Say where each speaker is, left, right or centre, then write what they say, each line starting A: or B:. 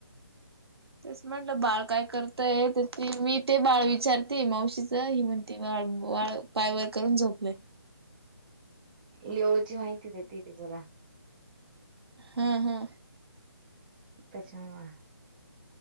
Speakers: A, on the right; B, on the right.
A: तेच म्हटलं बाळ काय करतय तर ती मी ते बाळ विचार ते मावशीचं ही म्हणती बाळ बाळ पाय वर करून झोपलय.
B: लिओची माहिती देती ती तुला.
A: हा हा.
B: त्याच्यामुळं